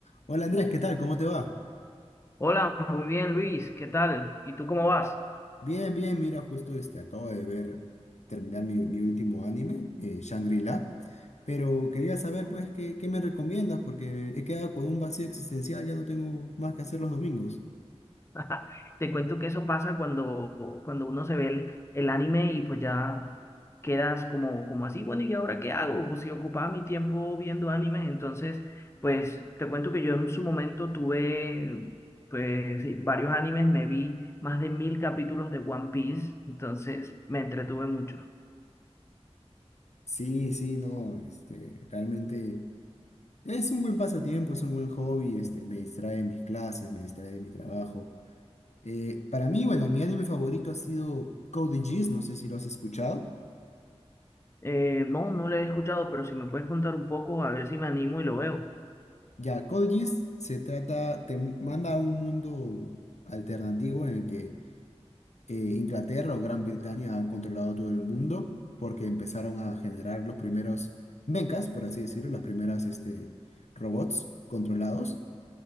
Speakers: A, on the left; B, on the left.
A: Hola Andrés, ¿qué tal? ¿Cómo te va?
B: Hola, muy bien Luis, ¿qué tal? ¿Y tú cómo vas?
A: Bien, bien, mira, justo este, acabo de ver, terminar mi, mi último anime, eh, Shangri-La, pero quería saber pues qué, qué me recomiendas porque he quedado con un vacío existencial, ya no tengo más que hacer los domingos.
B: <laughs> Te cuento que eso pasa cuando, cuando uno se ve el, el anime y pues ya quedas como, como así, bueno, ¿y ahora qué hago? Pues Si ocupaba mi tiempo viendo animes, entonces pues te cuento que yo en su momento tuve pues sí, varios animes, me vi más de mil capítulos de One Piece, entonces me entretuve mucho.
A: Sí, sí, no, este, realmente es un buen pasatiempo, es un buen hobby, este, me distrae de mis clases, me distrae de mi trabajo. Eh, para mí, bueno, mi anime favorito ha sido Code Geass, no sé si lo has escuchado.
B: Eh, no, no lo he escuchado, pero si me puedes contar un poco, a ver si me animo y lo veo.
A: Ya, Code Geass se trata, te manda a un mundo alternativo en el que eh, Inglaterra o Gran Bretaña ha controlado todo el mundo porque empezaron a generar los primeros mechas, por así decirlo, las primeras este, robots controlados